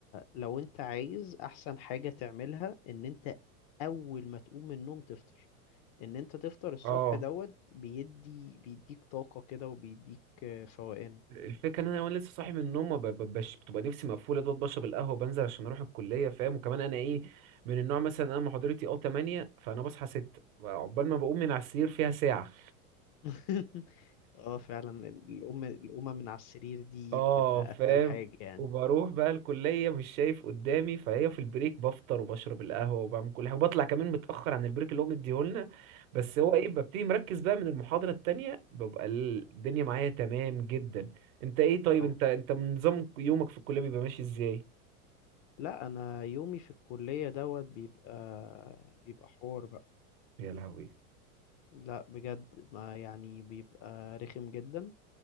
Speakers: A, on the left; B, on the right.
A: لو انت عايز احسن حاجة تعملها ان انت اول ما تقوم من النوم تفطر ان انت تفطر الصبح
B: اه
A: دوت بيدي بيديك طاقة كده وبيديك آه، فوقان
B: الفكره ان انا وانا لسه صاحي من النوم ما ب- ب- بش... بتبقى نفسي مقفوله دوت بشرب القهوه بنزل عشان اروح الكليه فاهم وكمان انا ايه
A: مم.
B: من النوع مثلا انا محاضرتي اه 8 فانا بصحى 6 عقبال ما بقوم من على السرير فيها ساعه
A: <laughs> اه فعلا القومة القومة من على السرير دي
B: اه
A: بتبقى
B: فاهم
A: اتقل حاجة يعني
B: وبروح بقى الكلية مش شايف قدامي فهي في البريك بفطر وبشرب القهوة وبعمل كل حاجة وبطلع كمان متأخر عن البريك اللي هو مديهولنا بس هو ايه ببتدي مركز بقى من المحاضرة التانية ببقى الدنيا معايا تمام جدا انت ايه طيب
A: اه
B: انت انت من نظام يومك في الكلية بيبقى ماشي ازاي؟
A: لا انا يومي في الكلية دوت بيبقى بيبقى حوار بقى
B: يا لهوي
A: لا بجد ما يعني بيبقى رخم جدا